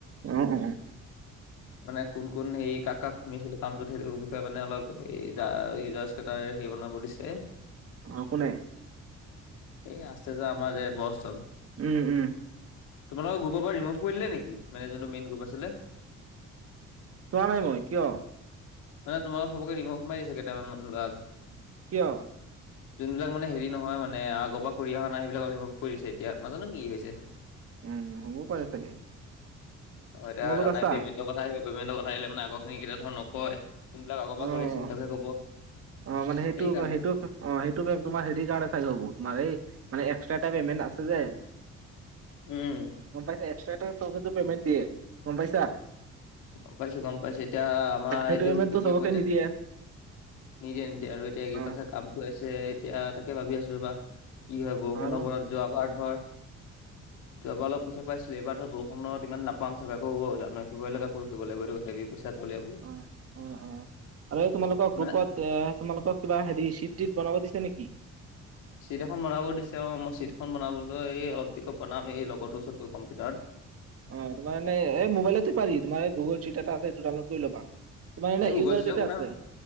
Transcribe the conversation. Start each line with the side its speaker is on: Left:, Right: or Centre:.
Right: অ', অ'।
Left: <unintelligible> মানে কোন, কোন হেৰি কাক, কাক শু <unintelligible> কামটোত সেইটোৰ বিষয়ে মানে অলপ <unintelligible> এটাই হেৰি বনাব দিছে।
Right: অ', কোনে।
Left: এই আছে যে আমাৰ যে বচজন।
Right: উম, উম।
Left: তোমালোকৰ গ্ৰুপৰ পৰা ৰিম'ভ কৰি দিলে নেকি, মানে যোনটো মেইন গ্ৰুপ আছিলে।
Right: চোৱা নাই মই, কিয়?
Left: মানে তোমালোক চবকে ৰিম'ভ মাৰি দিছে, কেইটামান ল'ৰাক।
Right: কিয়?
Left: যোনবিলাক মানে, সেৰি নহয় মানে, আগ পৰা কৰি অহা নাই, সেই বিলাক‌ক দিব। কৰিছে এতিয়া, নাজানোঁ কি হৈছে।
Right: উম, হ'বও পাৰে চাগে।
Left: অ' এতিয়া,
Right: তোমালোক
Left: জানাই
Right: আছা
Left: পেমেণ্ট। কথা আহিব, পেমেণ্ট কথা আহিলে মানে, আগৰ খিনি কেতিয়াও ধৰ, নকয়। যোনবিলাক আগ পৰা
Right: অ
Left: কৰি আছে,
Right: অ
Left: সেইবিলাকে ক'ব।
Right: অ মানে সেইটো
Left: সেইকাৰণে।
Right: সেইটো অ'! সেইটো তোমাৰ, সেৰি কাৰণে চাগে হ'ব, তোমাৰ এই মানে, এক্সট্ৰা এটা পেমেণ্ট আছে যে।
Left: উম!
Right: গম পাইছা? এক্সট্ৰা <unintelligible> কিন্তু, পেমেণ্ট দিয়ে। গম পাইছা?
Left: গম পাইছোঁ-গম পাইছোঁ। এতিয়া, আমাৰ
Right: সেইটো
Left: এইটো
Right: পেমেন্টটো
Left: শেষেই
Right: চবকে
Left: হ'ব এতিয়া।
Right: নিদিয়ে
Left: নিদিয়ে-নিদিয়ে। আৰু এতিয়া, এগ্ৰিকালচাৰ
Right: অ
Left: কামটো আহিছে। এতিয়া, তাকে ভাবি আছোঁ ৰ'বা। কি হয়, বৰষুণ
Right: আৰু
Left: বতৰত, যোৱাবাৰ ধৰ, যোৱাবাৰ অলপ, পইচা পাইছিলোঁ। এইবাৰ ধৰ, বৰষুণত ইমান নাপাম চাগে। আকৌ, জানুৱাৰী- ফেব্ৰুৱাৰীলৈকে কৈ ফুৰিব লাগিব, এইটো সেৰিত। পইচা থ'লে <unintelligible>
Right: অ' অ' অ'! আৰু এই, তোমালোকৰ
Left: মানে
Right: গ্ৰুপত এ, তোমালোকক কিবা সেৰি, চিট-টিত বনাব দিছে নেকি?
Left: চিট এখন বনাব দিছে, অ'! মই চিটখন বনাবলৈ, এই অলপ <unintelligible> বনাম, এই লগৰতো ওচৰত গৈ কম্পিউটাৰত।
Right: অ'! তোমাৰে এনে, এই, মোবাইলতো পাৰি। তোমাৰ গুগল চিট এটা আছে, ডউনলোড কৰি ল'বা। তোমাৰ এনে,
Left: এই গুগল
Right: ইউজাৰ
Left: চিটত
Right: কেইটা
Left: কোনে
Right: আছে?